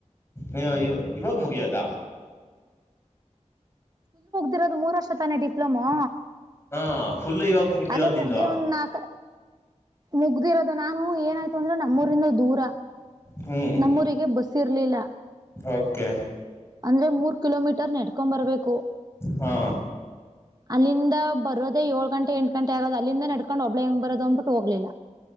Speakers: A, on the left; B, on the right.
A: ಹ ಇವಾಗ ಮುಗಿಯೋದಾ
B: ಇರೋದು ಮೂರು ವರ್ಷ ತಾನೇ ಡಿಪ್ಲೊಮಾ
A: ಹಾ ಫುಲ್ಲು ಇವಾಗ ಮುಗಿದ್ದಿರೋದ್
B: ಅಲ್ಲೇ
A: ನಿಂದು
B: ಮುಗ್ದೆ ಒಂದ್ ನಾಕ ಮುಗ್ದಿರೋದು ನಾನು ಏನಾಯ್ತು ಅಂದ್ರೆ ನಮ ನಮ್ಮೂರಿನ ದೂರ
A: ಹ್ಮ್
B: ನಮ್ಮೂರಿಗೆ ಬಸ್ ಇರ್ಲಿಲ್ಲ
A: ಓಕೆ
B: ಅಂದ್ರೆ ಮೂರು ಕಿಲೋಮೀಟರ್ ನೆಡ್ಕೊಂಬರಬೇಕು
A: ಹಾ
B: ಅಲ್ಲಿಂದ ಬರೋದೇ ಏಳ್ ಗಂಟೆ ಎಂಟು ಗ ಅಲ್ಲಿಂದ ನಡ್ಕೊಂಡ ಒಬ್ಳ ಹೆಂಗ ಬರದು ಅ್ಬಟ್ಟ ಹೋಗ್ಲಿಲ್ಲ